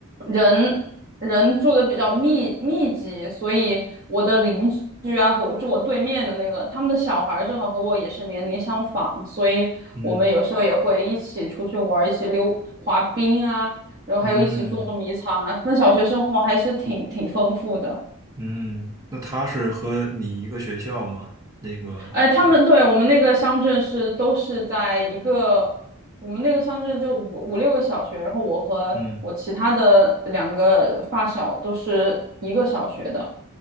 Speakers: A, on the right; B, on the right.
A: 人人住的比较密密集，所以我的邻居啊和我住我对面的那个，他们的小孩儿正好和我也是年龄相仿，所以我们有时候也会一起出去玩儿一起溜滑冰啊，
B: 嗯
A: 然后还有一起捉迷藏啊。
B: 嗯
A: 那小学生活还是挺挺丰富的。
B: 嗯，那他是和你一个学校吗？那个你的，
A: 哎，他们对我们那个乡镇是都是在一个，我们那个乡镇就五五六个小学，然后我和我其他的两个发小都是一个小学的。
B: 嗯